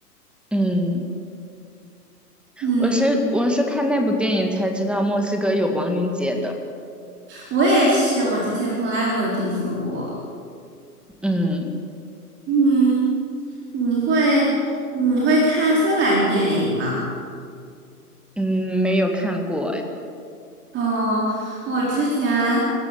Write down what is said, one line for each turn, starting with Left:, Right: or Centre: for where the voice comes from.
Centre: 嗯，
Right: 嗯，
Centre: 我是我是看那部电影才知道墨西哥有亡灵节的，
Right: 我也是，我之前从来没有听说过。
Centre: 嗯
Right: 嗯，你会你会看芬兰电影吗？
Centre: 嗯，没有看过哎。
Right: 哦，我之前